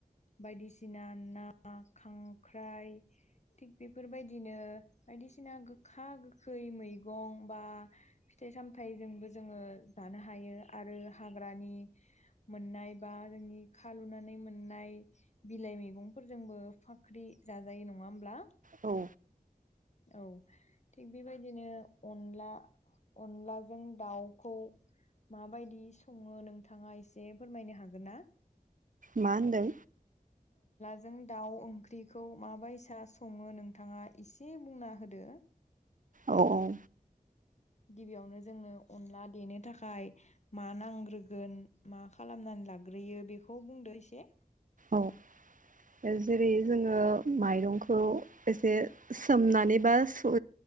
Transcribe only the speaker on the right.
औ
मा होनदों
औ औ
औ जेरै जोङो माइरंखौ एसे सोमनानै बा सुनानै